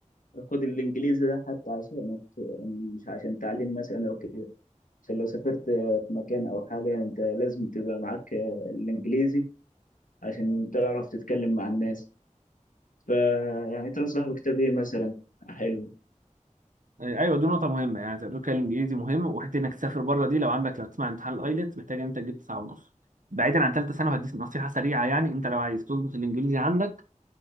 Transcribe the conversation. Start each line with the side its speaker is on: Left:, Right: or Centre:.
Left: خد الانجليزي ده حتى عشانك مش عشان تعليم مثلا او كده عشان لو سافرت آه، في مكان او حاجه انت لازم تبقى معاك آه، الانجليزي عشان تعرف تتكلم مع الناس فيعني تنصح بكتاب ايه مثلا حلو
Right: ايوه دي نقطة مهمة يعني زي ما بتقول كده الانجليزي مهم وحتة انك تسافر بره دي لو عندك لو تسمع امتحان الايلتس محتاج إن انت تجيب تسعة ونص بعيدا عن ثالثة ثانوي هديك نصيحة سريعة يعني انت لو عايز تظبط الانجليزي عندك